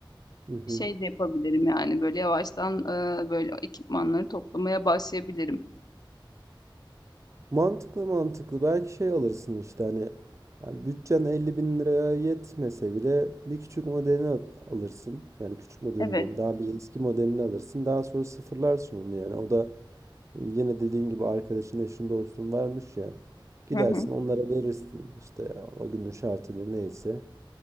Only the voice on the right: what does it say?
Hı hı.
Mantıklı mantıklı. Belki şey alırsın işte hani yani bütçen 50 bin liraya yetmese bile bir küçük modelini al- alırsın. Yani küçük modelini
diyorum. Daha bir eski modelini alırsın. Daha sonra sıfırlarsın onu yani. O da yine dediğin gibi arkadaşın eşin dostun vermiş ya. Gidersin
onlara verirsin işte o günün şartıyla neyse.